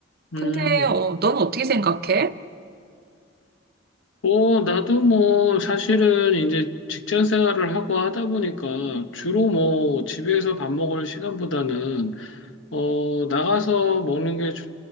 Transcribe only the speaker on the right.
근데
어, 는 어떻게 생각해?